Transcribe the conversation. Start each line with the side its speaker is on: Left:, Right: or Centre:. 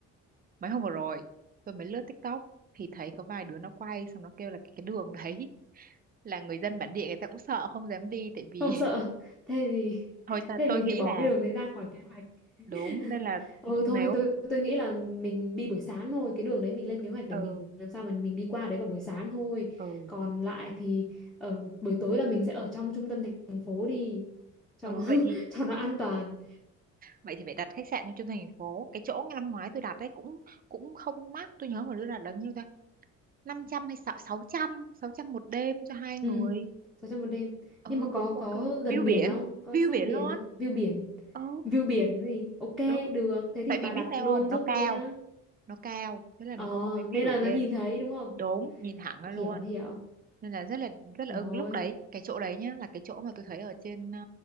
Right: mấy hôm vừa rồi tôi mới lướt TikTok thì thấy có vài đứa nó quay xong nó kêu là cái đường đấy <laughs> là người dân bản địa người ta cũng sợ không dám đi tại vì
Centre: không sợ thế thì
Right: <laughs> thôi ta
Centre: thế
Right: tôi
Centre: mình
Right: nghĩ
Centre: phải bỏ
Right: là
Centre: cái đường đấy ra khỏi kế hoạch <laughs>
Right: đúng nên là
Centre: ừ thôi
Right: nếu
Centre: tôi tôi nghĩ là mình đi buổi sáng thôi cái đường đấy mình lên kế hoạch để
Right: ừ
Centre: mình làm sao mà mình đi qua đấy vào buổi sáng thôi
Right: ừ
Centre: còn lại thì ở buổi tối là mình sẽ ở trong trung tâm thành phố đi cho
Right: ừ
Centre: nó <laughs>
Right: vậy thì
Centre: cho nó an toàn
Right: vậy thì phải đặt khách sạn trong trung thành thành phố cái chỗ năm ngoái tôi đặt đấy cũng cũng không mắc tôi nhớ hồi đó là bao nhiêu ta 500 hay sáu sáu trăm sáu trăm một đêm cho hai người
Centre: ừ sáu trăm một đêm
Right: ừ
Centre: nhưng mà có
Right: cũng
Centre: có
Right: ok view
Centre: gần biển
Right: biển
Centre: không có
Right: view
Centre: sát
Right: biển
Centre: biển
Right: luôn
Centre: không view biển
Right: ừ
Centre: view biển gì ok
Right: đúng
Centre: được thế
Right: tại
Centre: thì bà
Right: vì biết
Centre: đặt
Right: sao
Centre: luôn
Right: không nó
Centre: giúp
Right: cao
Centre: tôi nhá
Right: nó cao thế là
Centre: ờ
Right: nó có một cái view
Centre: nên là
Right: ở
Centre: nó
Right: trên
Centre: nhìn thấy đúng không
Right: đúng nhìn thẳng ra luôn
Centre: hiểu hiểu
Right: nên là rất là rất là
Centre: hiểu
Right: ưng
Centre: rồi
Right: lúc đấy cái chỗ đấy nhá là cái chỗ mà tôi thấy ở trên ờ,